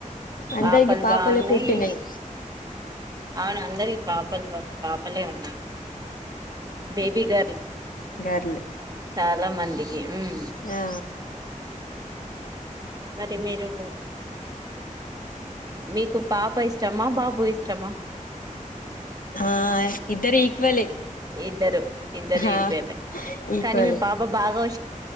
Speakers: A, on the left; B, on the right.
A: అందరికి
B: పాపలు
A: పాపలే
B: బాగున్నాయి
A: పుట్టినయి
B: అవును అందరికి పాపలు పాపలే ఉన్నారు బేబీ గర్ల్
A: గర్ల్
B: చాలా మందికి ఉమ్
A: ఆ
B: మరి మీరు మీకు పాప ఇష్టమా బాబు ఇష్ట ఇష్టమా
A: ఆ ఇద్దరు ఈక్వలే
B: ఇద్దరు ఇద్దరు
A: ఆ
B: ఈక్వలే
A: ఈక్వలే
B: కానీ మీ పాప బాగా వ